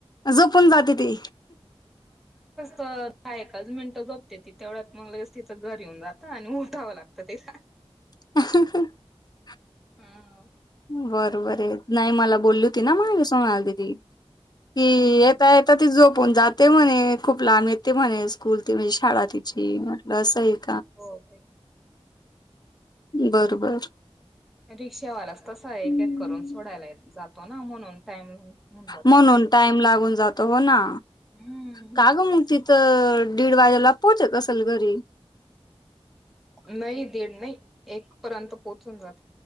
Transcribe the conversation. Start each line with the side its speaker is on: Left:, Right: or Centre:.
Left: झोपून जाते ती
Centre: तहा एकाच मिनटं जोपते ती तेवढ्यात मग लगेच तिचं घ येऊन जात आणि उठावं लागतं तेला
Left: रीकामा आणि आहे
Centre: हा <unintelligible>
Left: बरबर आहे नाही मला बोलली होती ना मलासूनलदी कि
Centre: हम्म
Left: येता यता त जो आपण जाते म्हणे खूप लांब येते म्हणे स्कूल त म्हणजे शाळा तिची म्हट असं एक
Centre: हो ते
Left: बरोबर
Centre: रिक्षावालाच तस एक
Left: हम्म.
Centre: एक करून सोडायला जातो ना म्हणून टाइम होऊन जातो
Left: म्हणून
Centre: तसं
Left: टाइम लागून जातो हो ना
Centre: हम्म
Left: काग मुक्ती तर दीड वाजेला पोहोच कसल घरी
Centre: नाही दीड नाही एक पर्यंत पोहोचून जात